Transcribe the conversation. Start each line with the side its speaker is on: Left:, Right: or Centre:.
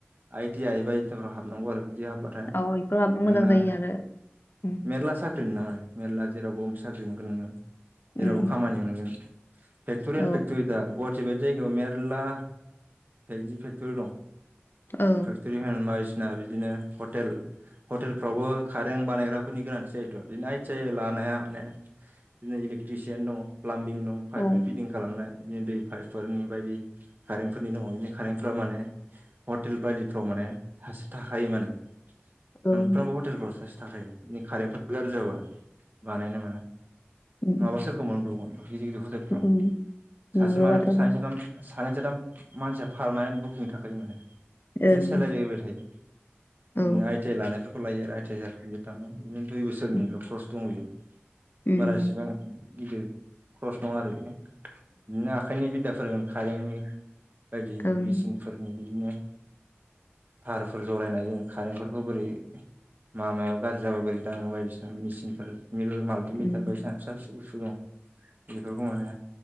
Right: आइ टि आइ बा <unintelligible> हाबनांगौ आरो दि हाबबाथाय
Left: औ इफोराबो
Right: नोंना
Left: मोजां जायो आरो उम
Right: मेरला साख्रि मेरला जेरावबो साख्रि मोनगोन नोङो
Left: उम
Right: जेरावबो खामानि मोनगोन फेक्ट'रि एन्ड
Left: औ
Right: फेक्ट'रि दा गुवाहाटि बायदि जायगायाव मेरला जि फेक्ट'रि दं
Left: औ
Right: फेक्टरि बिदिनो हतेल हतेलफ्रावबो खारें बानायग्राफोरनि गोनांथि जायोथ' इदिनो आइ थि आइ लानाया माने इलेकट्रिसियान दङ प्लाबिं दं
Left: औ ओं
Right: बे फिदिं खालामनाय बिदिनो दै पाइपफोरनि बायदि कारेन्टफोरनि दङ बिदिनो कारेन्ट फोराव माने हट हटेल बायदिफ्राव माने सासे थाखायो माने
Left: औ ओं
Right: मोनफ्रोमबो हटेलफ्राव सासे थाखायो बे खारेन्फोर गाज्रि जाबा बानायनो मानो
Left: उम
Right: नङाबा सोरखौ मोनब्रबगोन गिदिर गिदिर हतेलफ्राव
Left: उम
Right: सासे
Left: नंगौबाथ'
Right: माने
Left: आरो
Right: सानै साथाम सानै साथाम मानसिया पारमानेन्ट बुकिं थाखायो माने बिदिनो
Left: ओं
Right: सेलारि होबाय थायो
Left: औ
Right: बिदिनो आइ टि आइ लानायफोरखौ लायो आरो आइ टि आइ सार्टिफिकेट थानाय बिदिनो दुइ बोसोरनिल'
Left: उम
Right: कर्स दं बियो
Left: ओं
Right: बारा इसेबां गिदिर ख्रस नङा आरो बियो बिदिनो आखाइनि बिदा फोरोंगोन कारेन्टनि बायदि
Left: ओं
Right: मेचिनफोरनि बिदिनो थारफोर जरायनाय जोङो कारेन्टफोरखौ बोरै मामायाव गाज्रि जाबा बोरै दाङो बायदिसिना मेचिनफोर मिल माल्टिं बिलटार
Left: उम
Right: बायदिसिना फिसा फिसौ बुसतु बेफोरखौ माने